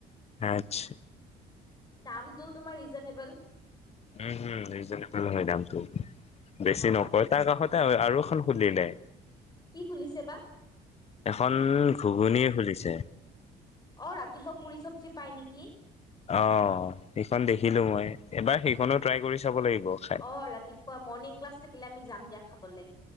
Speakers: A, on the left; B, on the left.
A: আচ্ছা
B: দামটো তোমাৰ ৰিজনেবল
A: উম হম ৰিজনেবল হয় দামটো। বেছি
B: অ
A: নকয় তাৰ কাষতে আৰু আৰু এখন সুলিলে।
B: কি খুলিছে বা।
A: এখন ঘুগুনি খুলিছে।
B: অহ'ৰাতিপুৱা পুৰি চবজি পাই নেকি?
A: অহ ' সেইখন দেখিলো মই এবাৰ সেইখনো ট্ৰাই কৰি চাব লাগিব। খাই
B: অহ ' ৰাতিপুৱা মৰ্ণিং ক্লাছ থাকিলে আমি যাম দিয়া। খাবলে।